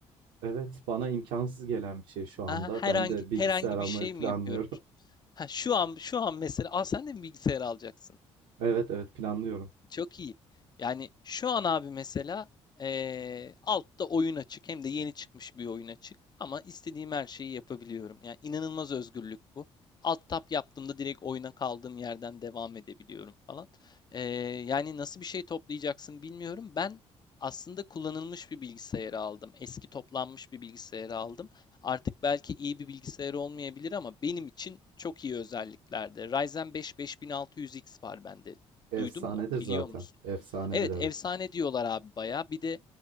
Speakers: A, on the right; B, on the left.
A: Evet, bana imkansız gelen bir şey şu anda.
B: Aha, herhangi
A: Ben de bilgisayar
B: herhangi
A: almayı
B: bir şey
A: planlıyorum.
B: mi yapıyorum?
A: <laughs>
B: Ha, şu an şu an mesela, aa sen de mi bilgisayar alacaksın?
A: Evet, evet planlıyorum.
B: Çok iyi. Yani şu an abi mesela eee, altta oyun açık. Hem de yeni çıkmış bir oyun açık. Ama istediğim her şeyi yapabiliyorum. Yani inanılmaz özgürlük bu. Alt tab yaptığımda direkt oyuna kaldığım yerden devam edebiliyorum falan. Eee, yani nasıl bir şey toplayacaksın bilmiyorum. Ben aslında kullanılmış bir bilgisayarı aldım. Eski toplanmış bir bilgisayarı aldım. Artık belki iyi bir bilgisayar olmayabilir ama benim için çok iyi özelliklerde. Ryzen 5 5600X var bende
A: Efsanedir
B: Duydun mu?
A: zaten.
B: Biliyor musun?
A: Efsanedir
B: Evet,
A: evet.
B: efsane diyorlar abi bayağı. Bir de